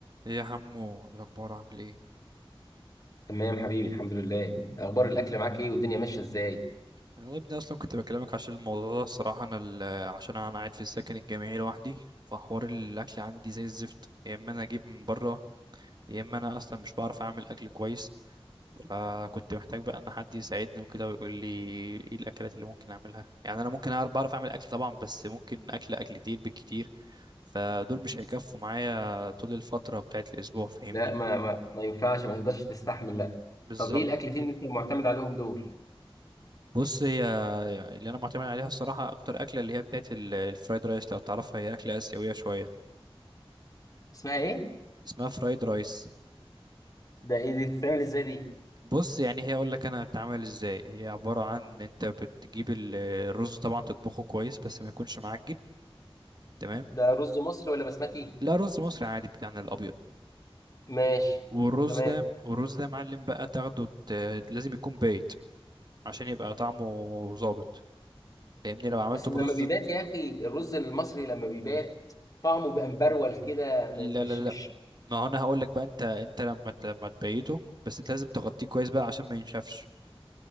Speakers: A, on the right; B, on the left.
A: ايه يا حمو الاخبار عامل ايه
B: تمام حبيبي الحمد لله اخبار الاكل معاك ايه والدنيا ماشيه ازاي
A: انا يا ابني اصلا كنت بكلمك عشان الموضوع ده الصراحه انا ال- آه، عشان انا قاعد في السكن الجامعي لوحدي فحوار الاكل عندي زي الزفت يا اما انا اجيب من بره يا اما انا اصلا مش بعرف اعمل اكل كويس فكنت محتاج بقى ان حد يساعدني وكده ويقول لي ايه الاكلات اللي ممكن اعملها يعني انا ممكن أعرف- بعرف اعمل اكل طبعا بس ممكن اكل اكلتين بالكتير فدول مش هيكفوا معايا طول الفتره بتاعت الاسبوع فاهمني
B: لا ما ما, ما ينفعش ما تقدرش تستحمل لا
A: بالظبط
B: طب ايه الاكلتين اللي انت معتمد عليهم دول
A: بص هي اللي انا معتمد عليها الصراحه اكتر اكله اللي هي بتاعت ال- الفرايد رايس لو تعرفها هي اكله اسيويه شويه
B: اسمها ايه
A: اسمها فرايد رايس
B: ده ايه دي بتتعمل ازاي دي
A: بص يعني هي اقول لك انا بتعمل ازاي هي عباره عن انت بتجيب ال- الرز طبعا تطبخه كويس بس ما يكونش معجن تمام
B: ده رز مصري ولا بسمتي
A: لا رز مصري عادي بتاعنا الابيض
B: ماشي
A: والرز
B: تمام
A: ده والرز ده معلم بقى تاخده ت- لازم يكون بايت عشان يبقى طعمه ظابط فاهمني لو عملته
B: بس لما
A: برز
B: بيبات يا اخي الرز المصري لما بيبات طعمه بيبقى مبرول كده م-
A: لا
B: مش
A: لا
B: مش
A: لا ما هو انا هقول لك بقى انت انت لما ت- لما تبيته بس انت لازم تغطيه كويس بقى عشان ما ينشفش